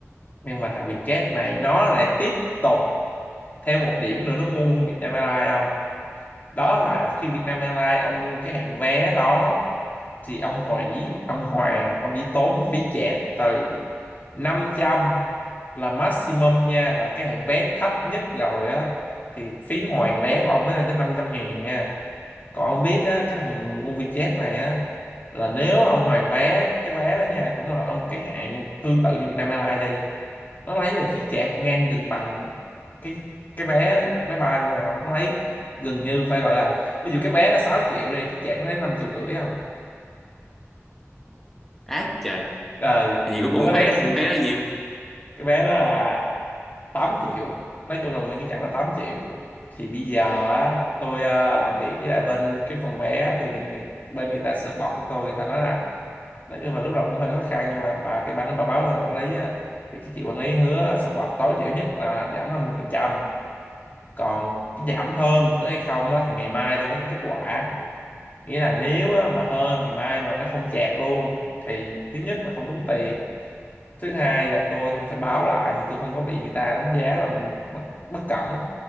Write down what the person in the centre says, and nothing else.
Ác trời.
Vậy cuối
cùng
cái
vé
đó, vé đó nhiều.